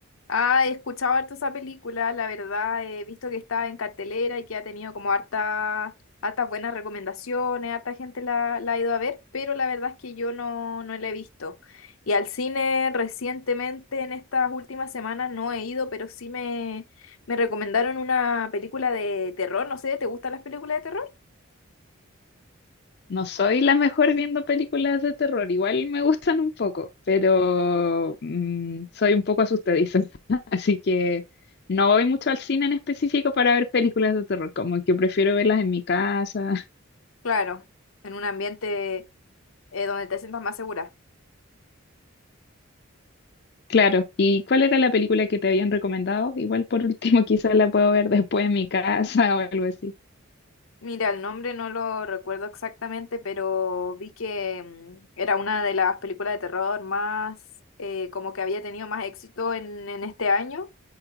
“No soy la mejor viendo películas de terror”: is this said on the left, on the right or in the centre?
Left